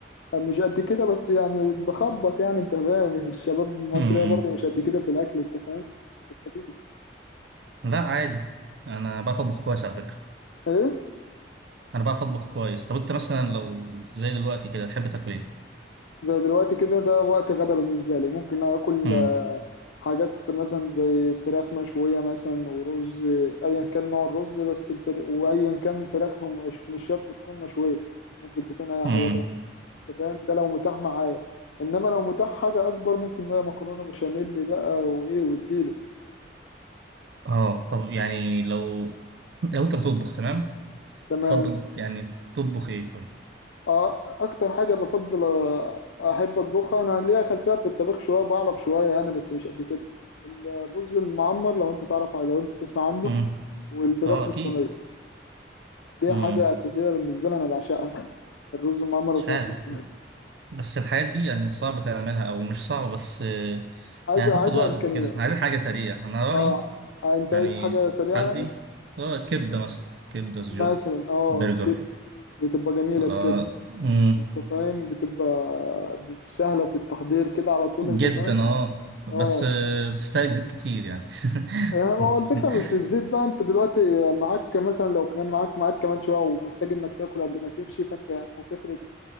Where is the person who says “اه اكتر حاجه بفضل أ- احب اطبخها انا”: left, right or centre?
Left